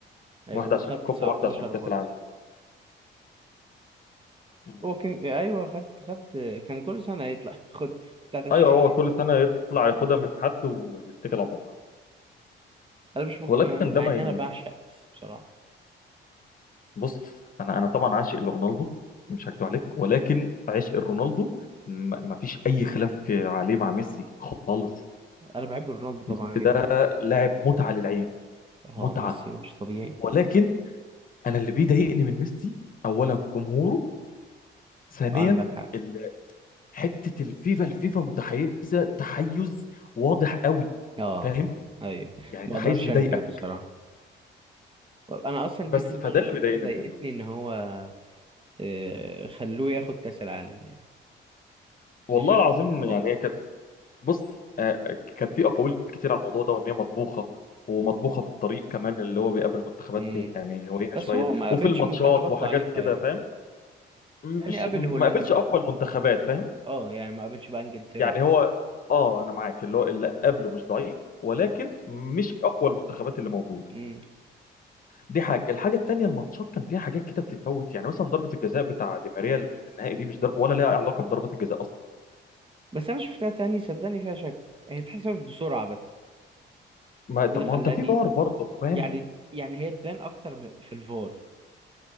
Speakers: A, on the left; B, on the right.
A: واحده
B: وخد
A: عشان الكوبا
B: 19
A: واحده عشان كاس
B: برضه
A: العالم مم.
B: هو كان ايوه خد خد كان كل سنه يطلع <laughs> خد بتاعت 20
A: ايوه هو كل سنه يطلع ياخدها من حد ويتكل على الله
B: انا مش مق...
A: ولكن
B: مع مع
A: ده ما
B: ان
A: ي...
B: انا بعشق ميسي بصراحه
A: بص انا انا طبعا عاشق لرونالدو مش هكدب عليك ولكن عشق رونالدو ما فيش اي خلاف عليه مع ميسي خالص
B: انا بحب رونالدو طبعا
A: ميسي
B: جدا
A: ده لاعب متعه للعين
B: اه
A: متعه
B: ميسي ده مش طبيعي
A: ولكن انا اللي بيضايقني من ميسي اولا جمهوره ثانيا
B: اه عندك حق
A: ال- حته الفيفا الفيفا متحيزه تحيز واضح قوي
B: اه
A: فاهم
B: ايوه
A: يعني
B: ما
A: تحيز
B: اقدرش
A: يضايقك
B: انكر بصراحه انا اصلا
A: بس
B: جه في دماغي
A: فده اللي
B: فكره
A: بيضايقني
B: ضايقتني
A: منه
B: ان هو آه، خلوه ياخد كاس العالم يعني
A: والله
B: بشكل
A: العظيم
B: او باخر
A: يعني بص آه، آه، كان في اقاويل كتير على الموضوع ده وان هي مطبوخه ومطبوخه في الطريق كمان اللي هو بيقابل منتخبات
B: امم
A: يعني هوينه
B: بس
A: شويه
B: هو ما قابلش
A: وفي الماتشات
B: منتخبات
A: وحاجات
B: ضعيفه
A: كده
B: يعني
A: فاهم مش
B: يعني قابل
A: ما
B: هولندا
A: قابلش اقوى المنتخبات فاهم
B: اه يعني ما قابلش بقى انجلترا
A: يعني
B: وكده
A: هو اه انا معاك اللي هو اللي قابله مش ضعيف ولكن مش اقوى المنتخبات اللي موجوده
B: امم
A: دي حاجه الحاجه التانيه الماتشات كان فيها حاجات كده بتتفوت يعني مثلا ضربه الجزاء بتاع دي ماريا اللي في النهائي دي مش ضرب ولا ليها علاقه بضربه الجزاء اصلا
B: بس انا شفتها تاني صدقني فيها شك هي اتحسبت بسرعه بس
A: ما طب
B: اللي
A: ما
B: خلاني
A: هو انت في فار برضه فاهم
B: يعني يعني هي تبان اكتر م- في الفار